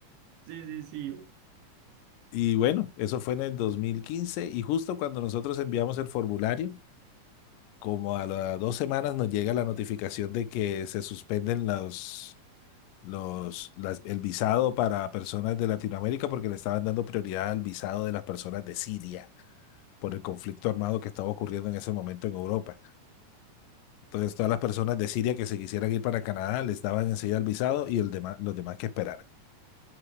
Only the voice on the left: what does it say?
Y bueno, eso fue en el 2015 y justo cuando nosotros enviamos el formulario, como a las dos semanas nos llega la notificación de que se suspenden los, los, las- el visado para personas de Latinoamérica porque le estaban dando prioridad al visado de las personas de Siria por el conflicto armado que estaba ocurriendo en ese momento en Europa. Entonces, todas las personas de Siria que se quisieran ir para Canadá les daban enseguida el visado y el demás, los demás que esperaran.